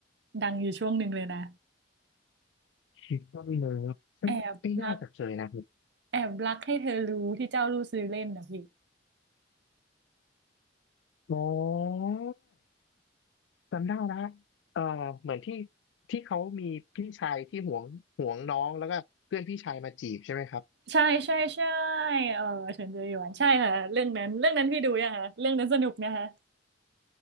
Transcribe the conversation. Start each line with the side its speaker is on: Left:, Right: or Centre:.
Right: ดังอยู่ช่วงหนึ่งเลยนะ
Left: <laughs> คิดว่าเลิฟไม่ไม่น่าจะเคยนะครับ
Right: แอบรักแอบรักให้เธอรู้ที่เจ้ารู้ซื้อเล่นนะพี่
Left: อ๋อ จำได้นะเอ่อเหมือนที่ที่เขามีพี่ชายที่หวงหวงน้องแล้วก็เพื่อนพี่ชายมาจีบใช่ไหมครับ
Right: ใช่ใช่ใช่เออเฉินเจอหยวนใช่ค่ะเรื่องนั้นเรื่องนั้นพี่ดูยังคะเรื่องนั้นสนุกนะคะ